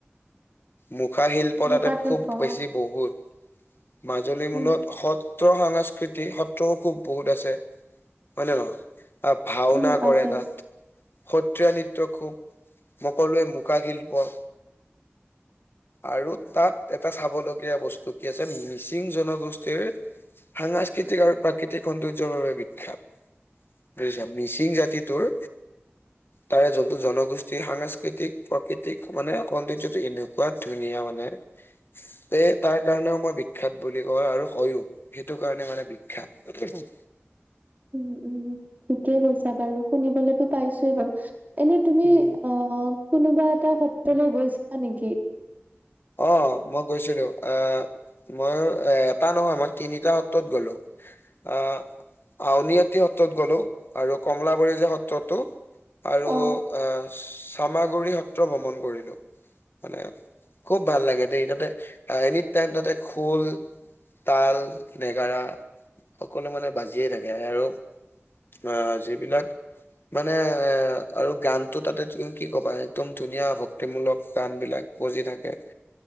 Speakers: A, on the left; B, on the right.
A: মুখা শিল্প
B: মুখা
A: তাতে
B: শিল্প
A: খুব বেছি
B: অ',
A: বহুত, মাজুলী
B: উম,
A: মূলত সৎ সত্ৰ সাংস্কৃতি, সত্ৰও খুব বহুত আছে হয় নে নহয়? আ, ভাওনা
B: উম,
A: কৰে
B: আছে আছে।
A: তাত। সত্ৰীয়া নৃত্য খুব, মই ক'লোৱে মুখা শিল্প। আৰু তাত এটা চাবলগীয়া বস্তু কি আছে মিচিং জনগোষ্ঠীৰ সাংস্কৃতিক আৰু প্ৰাকৃতিক সৌন্দৰ্যৰ বাবে বিখ্যাত। বুজিছা মিচিং জাতিটোৰ তাৰে যোনটো জনগোষ্ঠীৰ সাংস্কৃতিক, প্ৰাকৃতিক মানে সৌন্দৰ্য এনেকুৱা ধুনীয়া মানে তে তাৰ কাৰণেও মই বিখ্যাত বুলি কয় আৰু হয়ো। সেইটো কাৰণে মানে বিখ্যাত।
B: উম, উম, ঠিকেই কৈছা বাৰু। শুনিবলেতো পাইছোয়ে বাৰু। এনে তুমি
A: উম
B: আ, কোনোবা এটা সত্ৰলৈ গৈছা নেকি?
A: অ' মই গৈছিলোঁ, আ মই এ-এটা নহয়, মই তিনিটা সত্ৰত গ'লো। আ, আউনআটি সত্ৰত গ'লো আৰু কমলাবাৰী যে সত্ৰটো আৰু
B: অ'।
A: আ, চামাগুৰি সত্ৰ ভ্ৰমণ কৰিলোঁ মানে। খুব ভাল লাগে দেই তাতে এনি টাইম তাতে খোল তাল, নেগাৰা সকলো মানে বাজিয়ে থাকে আৰু অ যিবিলাক মানে এ আৰু গানতটো তাতে তুমি কি ক'বা একদম ধুনীয়া ভক্তিমূলক গান বিলাক। বজি থাকে।